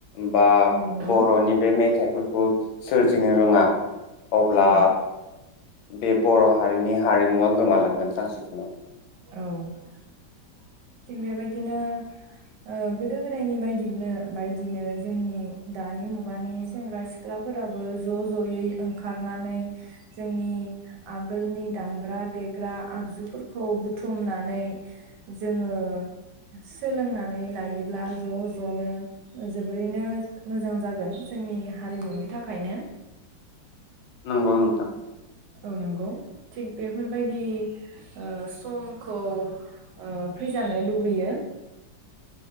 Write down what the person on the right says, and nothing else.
औ नंगौ
औ
औ थिग बेबायदिनो ओ गोदो गोदायनि बायदि बायदिनो जोंनि दानि मुगानि सेंग्रा सिख्लाफोराबो ज' ज'यै ओंखारनानै जोंनि आगोलनि दामग्रा देग्रा आगजुफोरखौ बुथुमनानै जोङो सोलोंनानै लायोब्ला ज' ज'नो जोबोरैनो मोजां जागोन जोंनि हारिमुनि थाखायनो
औ नंगौ थिग बेफोरबायदि ओ समखौ ओ फैजानो लुबैयो।